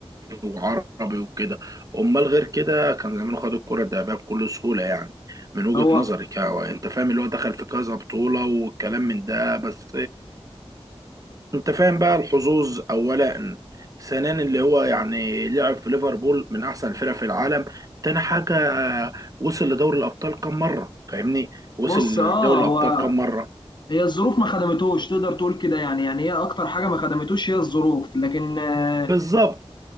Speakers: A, on the right; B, on the left.
A: وعربي وكده امال غير كده كان زمانه خد الكرة الذهبية بكل سهولة يعني من وجهة
B: هو
A: نظرك يعني انت فاهم اللي هو دخل في كذا بطولة والكلام من ده بس انت فاهم بقى الحظوظ اولا ثانيا اللي هو يعني لعب في ليفربول من احسن الفرق في العالم تاني حاجه آه، وصل لدوري الابطال كم مره فاهمني وصل
B: بص
A: لدوري
B: اه
A: الابطال
B: هو
A: كم مره
B: هي الظروف ما خدمتوش تقدر تقول كده يعني يعني هي اكتر حاجه ما خدمتوش هي الظروف لكن اه
A: بالظبط